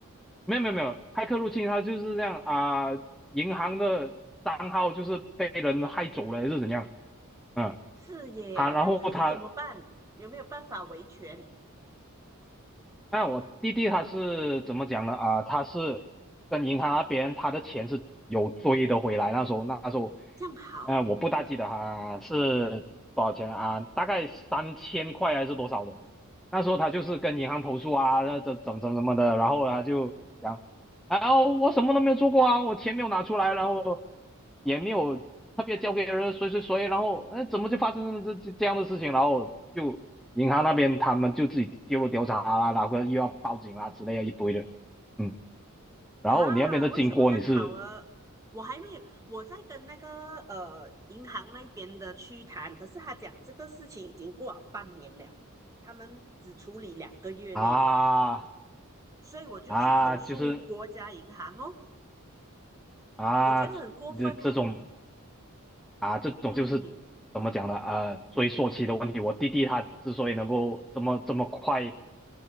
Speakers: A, in the centre; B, on the right.
A: 没有没有没有，骇客入侵他就是这样啊、银行的账号就是被人害走了还是怎样，嗯，
B: 是耶，
A: 他然后他
B: 那最后怎么办？有没有办法维权？
A: 那我弟弟他是怎么讲呢？啊，他是跟银行那边他的钱是有追的回来。那时候，那时候，
B: 这样好
A: 呃，我不大记得他是多少钱啊，大概三千块还是多少的。那时候他就是跟银行投诉啊，这这怎怎什么的，然后呢就讲，啊，我什么都没有做过啊，我钱没有拿出来，然后也没有特别交给人谁谁谁，然后哎怎么就发生这这这样的事情，然后就银行那边他们就自己介入调查啊，然后又要报警啊之类的一堆的，嗯，
B: 啊？
A: 然后你那边的经过你是
B: 为什么这样好啊？我还没有，我在跟那个呃银行那边的去谈，可是他讲这个事情已经过了半年了，他们只处理两个月内的，
A: 啊
B: 所以我就去投诉国家银行哦，
A: 啊就是啊
B: 我觉得很过分呢。
A: 这这种啊这种就是怎么讲呢？
B: 嗯，
A: 呃，追溯期的问题，我弟弟他之所以能够这么这么快。